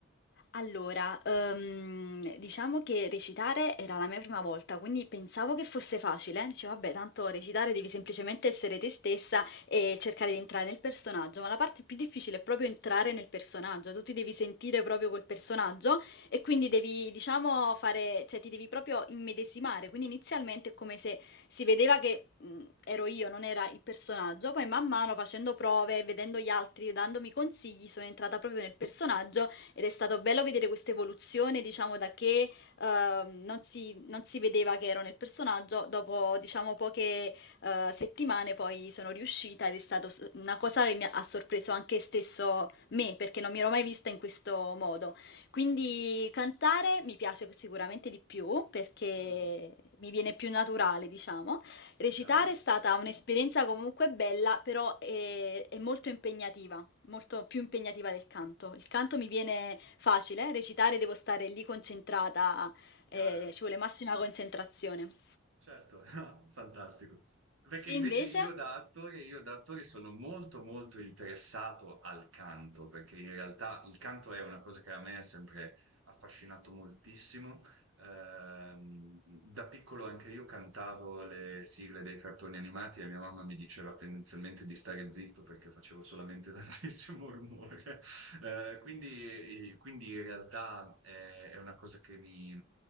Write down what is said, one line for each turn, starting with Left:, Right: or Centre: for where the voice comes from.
Left: Allora, ehm, diciamo che recitare era la mia prima volta, quindi pensavo che fosse facile. Dicevo, vabbè, tanto recitare devi semplicemente essere te stessa e cercare di entrare nel personaggio, ma la parte più difficile è proprio entrare nel personaggio, tu ti devi sentire proprio col personaggio e quindi devi, diciamo, fare, cioè ti devi proprio immedesimare. Quindi inizialmente è come se si vedeva che mh, ero io, non era il personaggio, poi man mano facendo prove, vedendo gli altri, dandomi consigli, sono entrata proprio nel personaggio ed è stato bello vedere questa evoluzione, diciamo, da che ehm, non si, non si vedeva che ero nel personaggio, dopo, diciamo, poche eh, settimane poi sono riuscita ed è stata una cosa che mi ha ha sorpreso anche stesso me, perché non mi ero mai vista in questo modo. Quindi cantare mi piace sicuramente di più perché
Right: Mm,
Left: mi viene più naturale, diciamo. Recitare
Right: chiaro,
Left: è stata un'esperienza comunque bella, però è, è molto impegnativa molto più impegnativa del canto. Il canto mi viene facile, recitare devo stare lì concentrata,
Right: chiaro.
Left: eh, ci vuole massima concentrazione.
Right: Certo, <laughs> fantastico. Perché
Left: Te
Right: invece
Left: invece?
Right: io da attore, io da attore sono molto molto interessato al canto, perché in realtà il canto è una cosa che a me ha sempre affascinato moltissimo. Ehm, da piccolo anche io cantavo le sigle dei cartoni animati e mia mamma mi diceva tendenzialmente di stare zitto perché facevo solamente <laughs> tantissimo rumore. Eh, quindi, quindi in realtà è, è una cosa che mi